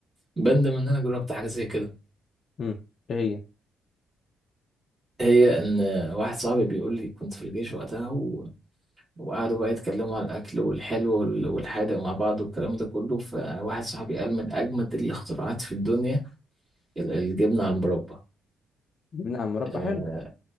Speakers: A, on the right; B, on the left.
A: بندم ان انا جربت حاجه زي كده
B: امم ايه هي
A: هي ان واحد صاحبي بيقول لي كنت في الجيش وقتها و... وقعدوا بقى يتكلموا على الاكل والحلو وال- والحادق مع بعض والكلام ده كله فواحد صاحبي قال من اجمد الاختراعات في الدنيا ال- الجبنه على المربى
B: بنعمل مربى
A: آه،
B: حلو